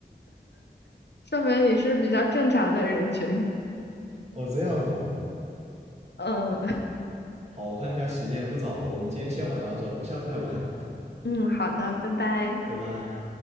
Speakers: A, on the left (about 70°); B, on the right (about 35°).
A: 说明你是比较正常的人群。
B: 哦，这样子吗？
A: 嗯
B: 好，我看一下时间也不早了，我们今天先玩到这，我们下次再玩，
A: 嗯，好的，拜拜。
B: 拜拜。